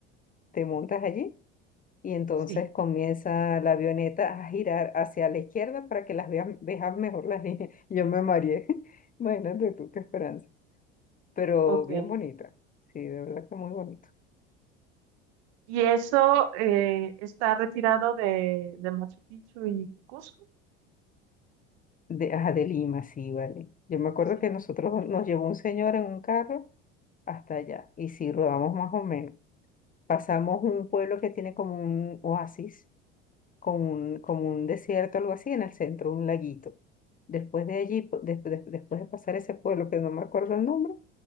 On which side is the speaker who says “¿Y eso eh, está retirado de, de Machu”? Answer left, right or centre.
Right